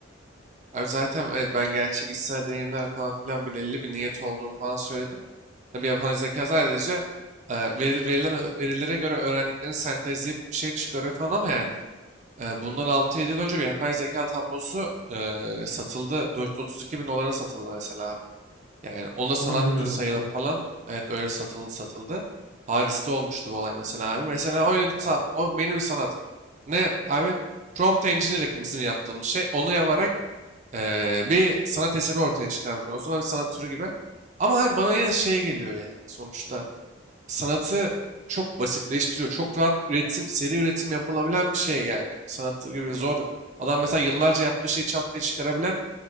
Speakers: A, on the right (about 35°); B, on the left (about 85°).
A: Abi zaten evet, ben gerçek içsel deneyimler falan filan belirli bir niyet olduğunu falan söyledim. Tabii yapay zeka sadece e, veri- verilen ö- verilere göre öğrendiklerini sentezleyip bir şey çıkarıyor falan ama yani e, bundan altı yedi yıl önce bir yapay zeka tablosu e, satıldı. 432 bin dolara satıldı mesela abi. Yani onu da
B: Onu
A: sanat
B: bilmiyordum
A: sayılı
B: ben.
A: falan evet öyle satıldı satıldı. Paris'te olmuştu bu olay mesela abi. Mesela öyle bir sa- o yeni bir sanat. Ne abi? Prompt engineering bizim yaptığımız şey. Onu yaparak ee, bir sanat eseri ortaya çıkarmış oluyorsun. Sonra bir sanat türü gibi. Ama abi bana yine şey geliyor yani. Sonuçta sanatı çok basitleştiriyor. Çok rahat üretim, seri üretim yapılabilen bir şey yani. Sanatı gibi zor. Adam mesela yıllarca yaptığı şeyi çat diye çıkarabilen,